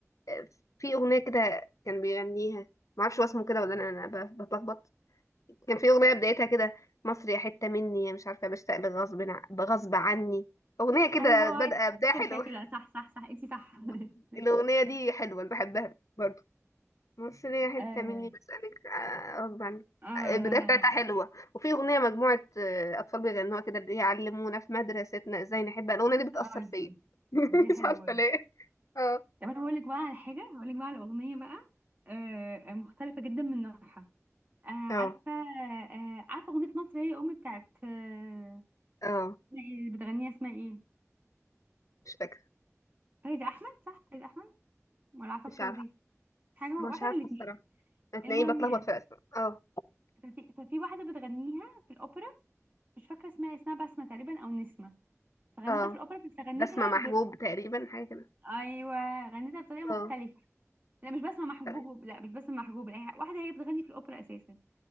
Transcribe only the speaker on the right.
ايوه هو
هيثم
شاكر صح صح صح انت صح
<laughs>
آه.
اه
لا لا
لا
اه
دي
دي حلوه
برضه
طب انا هقول لك بقى على حاجه هقول لك بقى على اغنيه بقى آه مختلفه جدا من نوعها آه عارفه
آه عارفه اغنيه مصر هي امي بتاعت آه
اسمها إيه اللي بتغنيها اسمها ايه
فايزه احمد صح فايزه احمد ولا عفاف
راضي حاجه
واحده
من الاثنين
المهم
يعني
ففي ففي واحده بتغنيها في الاوبرا مش فاكره اسمها إيه، اسمها بسمه تقريبا او نسمه فغنتها
في الاوبرا بس غنتها
ايوه غنيتها بطريقه مختلفه
لا مش بسمع محبوب
لا مش بسمع محبوب لا هي- واحده هي بتغني في الاوبرا اساسا